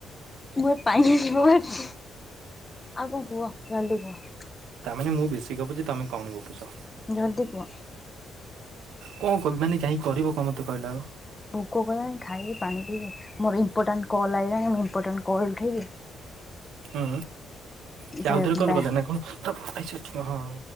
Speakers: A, on the left; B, on the right.
A: ମୋ ପାଇଁ <unintelligible> ଆଉ କଁ କୁହ ଜଲଦି କୁହ?
B: ତାମାନେ ମୁଁ ବେଶୀ ଗପୁଚ଼ି ତମେ କମ୍ ଗପୁଚ଼।
A: ଜଲଦି କୁହ?
B: କଁ କହିବି ମାନେ ଯାଇଁ କରିବ କଁ ମତେ କହିଲା ଆଗ?
A: ଭୋକ କଲାଣି ଖାଇବି, ପାଣି ପିଇବି ମୋର ଇମ୍ପୋଟାଣ୍ଟ କଲ୍ ଆଇଲାଣି ମୁଁ ଇମ୍ପୋଟାଣ୍ଟ କଲ୍ ଉଠେଇବି। <inaudible>
B: ଅଁ ସେ
A: ଯେ
B: ଆଉ ଥରେ କଲ
A: ବା
B: କଲେ ନା କଣ? <unintelligible> ହଁ